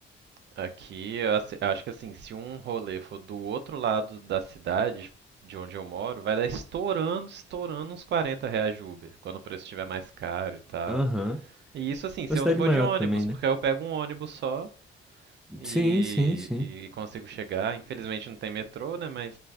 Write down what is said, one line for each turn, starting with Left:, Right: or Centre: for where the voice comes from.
Right: Aqui, eu assi- acho que assim, se um rolê for do outro lado da cidade, de onde eu moro, vai dar estourando, estourando uns 40 reais de Uber, quando o preço estiver mais caro e tal.
Centre: Aham.
Right: E isso assim, se
Centre: Uma cidade
Right: eu não for
Centre: maior
Right: de ônibus,
Centre: também, né?
Right: porque eu pego um ônibus só e,
Centre: Sim, sim, sim.
Right: e consigo chegar. Infelizmente não tem metrô, né? Mas